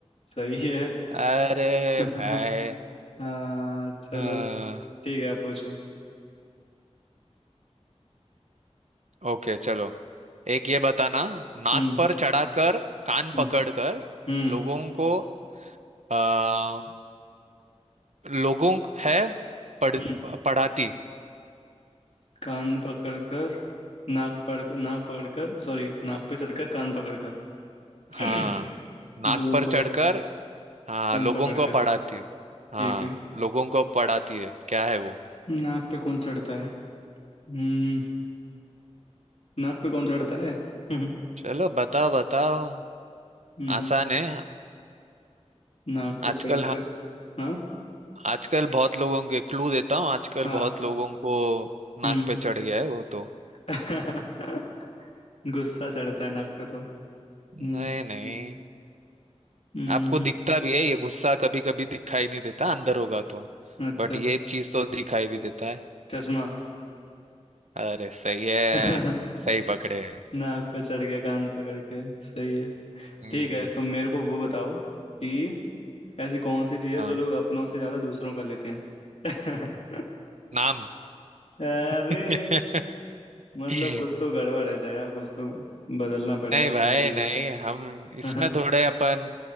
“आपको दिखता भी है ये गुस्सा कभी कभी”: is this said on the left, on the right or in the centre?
Right